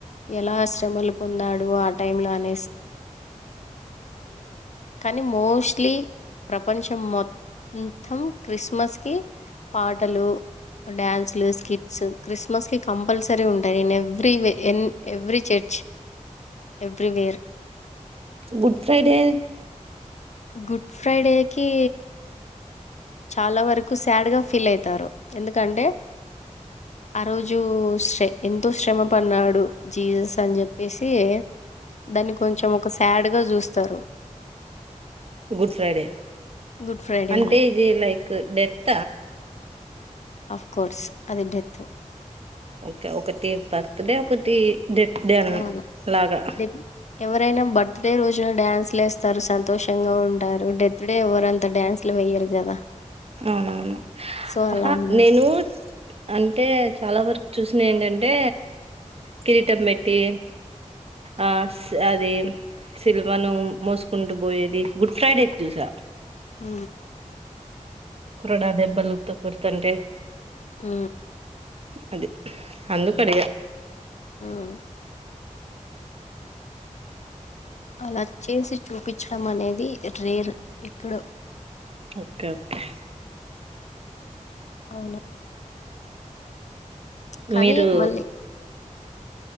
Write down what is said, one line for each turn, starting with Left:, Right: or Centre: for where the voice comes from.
Left: ఎలా ఆశ్రమలు పొందాడు ఆ టై లో అని కానీ మోట్ ప్ర చె మథం క్రిస్మస్ కి పాటలు డ్యాన్సులు స్కిట్స్ క్రిస్మస్ కి కంపల్సరీ ఉంటాయి నేను ఎవ్రీ ఎన్ every church a ప్ర్రివేర్
Right: Good Friday
Left: గు ఫ్రైడేకి చాలా వరకు శాడ్ గా ఫీల్ అయితారు ఎందుకంటే ఆ రోజు శ్ర ఎంతో శ్రమ పడ్న్నాడు జీజస్ అని చెప్పేసి దాన్ని కొంచెం ఒక శాడ్ గా చూస్తారు
Right: గుడ్ ఫ్రైడే
Left: గుడ్ ఫ్రైడేని
Right: అంటే ఇది లైక్ డెత్
Left: అఫ్ కోర్స్ అదింటెత్
Right: ఓకే ఒకటి బర్త్డే ఒకటి డెట్ దను
Left: అవును
Right: లాగా
Left: డెత్ ఎవరైనా బర్త్ డే రోజున డ్యాన్సులు వేస్తారు సంతోషంగా ఉంటారు డెత్ డే ఎవరుంత డ్యాన్సులు వయ్యరు కదా
Right: అవునవునుహా
Left: సో అలా అన్నమాట
Right: నేను అంటే చాలా వరకు చూసిన ఏంటంటే కిరీటం పెట్టి ఆ అది సిల్వను మోసుకుంటూ పోయేది గుడ్ ఫ్రైడేకి చూసా
Left: అ
Right: కురడా దెబ్బలు త కూర్తండ్రి
Left: ఆ
Right: అదే అందు కడయా
Left: ఉమ్. అలా చేసి చూపించడం అనేది రేర్ ఇక్కడ
Right: ఓకే ఓకే
Left: అవును కానీ
Right: మీరు
Left: మళ్ళీ